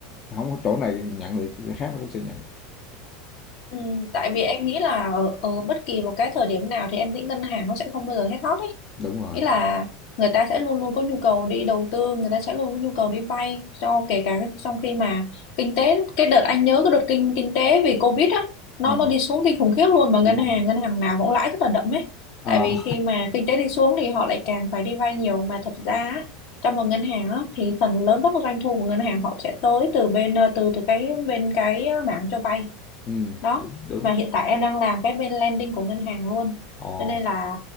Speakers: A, on the left; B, on the left.
A: không có chỗ này nhận thì chỗ khác nó cũng sẽ nhận
B: Ừ, tại vì em nghĩ là ở, ở bất kỳ một cái thời điểm nào thì em nghĩ ngân hàng nó sẽ không bao giờ hết hot ấy
A: đúng rồi
B: nghĩa là người ta sẽ luôn luôn có nhu cầu đi đầu tư người ta sẽ luôn có nhu cầu đi vay cho kể cả trong khi mà kinh tế cái đợt anh nhớ cái đợt kinh kinh tế vì Covid á nó
A: ừ,
B: nó đi xuống kinh khủng khiếp luôn mà ngân
A: đúng rồi
B: hàng ngân hàng nào cũng lãi rất là đậm ấy
A: À,
B: tại vì khi mà kinh tế đi xuống thì họ lại càng phải đi vay nhiều mà thật ra á, trong một ngân hàng á, thì phần lớn các doanh thu của ngân hàng họ sẽ tới từ bên ờ, từ từ cái bên cái ờ, mảng cho vay
A: Ừ
B: đó
A: đúng, đúng.
B: mà hiện tại em đang làm cái bên landing của ngân hàng luôn
A: Ồ.
B: cho nên là